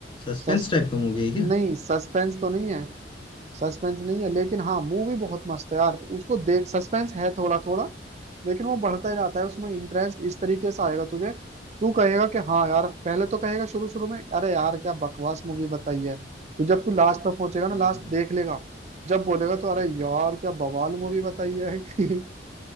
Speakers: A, on the left (about 30°); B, on the right (about 40°).
A: सस्पेंस
B: सस
A: टाइप का मूवी है क्या
B: नहीं सस्पेंस तो नहीं है सस्पेंस नहीं है लेकिन हाँ मूवी बहुत मस्त है यार उसको देख सस्पेंस है थोड़ा थोड़ा लेकिन वो बढ़ता ही जाता है उसमें
A: अच्छा
B: इंटरेस्ट इस तरीके से आएगा तुझे तू कहेगा कि हाँ यार पहले तो कहेगा शुरू शुरू में अरे यार क्या बकवास मूवी बताई है कि जब तू लास्ट पर पहुंचेगा ना
A: हम्म,
B: लास्ट देख लेगा जब बोलेगा तो अरे यार क्या बवाल मूवी बताई है <laughs>